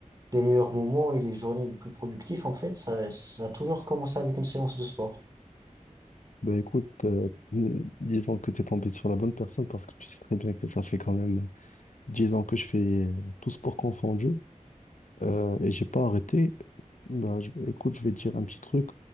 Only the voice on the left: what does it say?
Ben écoute, euh, euh, disons que tu es tombé sur la bonne personne parce que tu sais très bien que ça fait quand même 10 ans que je fais euh, tout sport confondu euh, et j'ai pas arrêté. Ben, je- écoute, je vais te dire un petit truc.